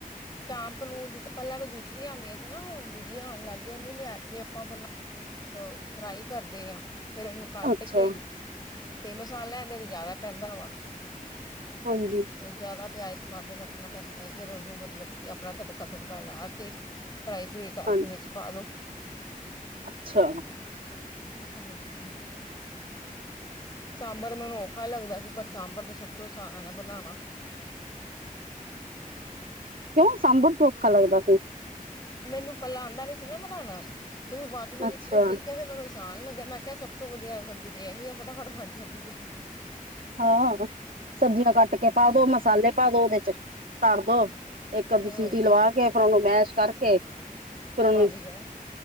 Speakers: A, on the left; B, on the right.
A: ਚਾਂਪ ਨੂੰ, ਜ ਪਹਿਲਾਂ ਤੇ ਦੂਸਰੀਆਂ ਆਉਂਦੀਆਂ ਸੀ ਨਾ, ਹੁਨ ਦੂਜੀਆਂ ਆਉਣ ਲੱਗ ਗਈਆਂ। ਉਅਨੂੰ ਲਿਆ ਕੇ ਅਪਾਂ ਪਹਿਲਾਂ ਓਹ ਫਰਾਈ ਕਰਦੇ ਯਾ, ਫੇਰ ਉਅਨੂੰ ਕੱਟ
B: ਅੱਛਾ
A: ਕੇ ਤੇ ਮਸਾਲਾ ਇਹਂਦੇ ਤੇ ਜਿਆਦਾ ਪੈਂਦਾ ਵਾ।
B: ਹਾਂਜੀ।
A: ਹੋਰ ਜਿਆਦਾ ਪਿਆਜ, ਟਮਾਟਰ ਕੱਟਨਾ ਪੈਂਦਾ ਏ, ਫਿਰ ਉਹਨੂੰ ਮਤਲਬ ਕਿ ਅਪਣਾ ਤੜਕਾ ਤੁੜਕਾ ਲਾ ਕੇ ਫਰਾਈ ਫਰੂਈ ਕਰਕੇ
B: ਹਾਂਜੀ
A: ਵਿੱਚ ਪਾ ਦੋ।
B: ਅੱਛਾ।
A: ਹਾਂਜੀ। ਸਾਂਬਰ ਮੈਨੂੰ ਔਖਾ ਲੱਗਦਾ ਸੀ, ਪਰ ਸਾਂਬਰ ਤੇ ਸਭ ਤੋ ਆਸਾਨ ਐ ਬਣਾਣਾ। <inaudible>
B: ਕਿਉਂ? ਸਾਂਬਰ ਕਿਉਂ ਔਖਾ ਲੱਗਦਾ ਸੀ?
A: ਮੈਨੂੰ ਪੈਲਾਂ ਆਂਦਾ ਨੀ ਸੀ ਨਾ ਬਣਾਣਾ, ਤੇ ਫਿਰ ਬਾਅਦ ਚ, ਮੈਂ ਜਦੋਂ
B: ਅੱਛਾ।
A: ਸਿੱਖਿਆ ਫਿਰ ਮੈਨੂੰ ਸਾਨ ਲੱਗਿਆ, ਮੈਂ ਕਿਹਾ ਸਭ ਤੋ ਵਧੀਆ ਸਬਜ਼ੀ ਤੇ ਏਹੀ ਹੈ, ਫਟਾਫਟ ਬਣ ਜਾਂਦੀ ਏ।
B: ਹਾਂ, ਸਬਜ਼ੀਆਂ ਕੱਟ ਕੇ ਪਾ ਦੋ, ਮਸਾਲੇ ਪਾ ਦੋ ਉਹਦੇ ਚ, ਧਰ ਦੋ। ਇੱਕ ਅੱਧੀ
A: ਹੋਰ
B: ਸੀਟੀ ਲਵਾ
A: ਕੀ
B: ਕੇ, ਫੇਰ ਉਹਨੂੰ ਮੈਸ਼ ਕਰਕੇ, ਫੇਰ ਓਨੁ
A: ਬਣ ਗਿਆ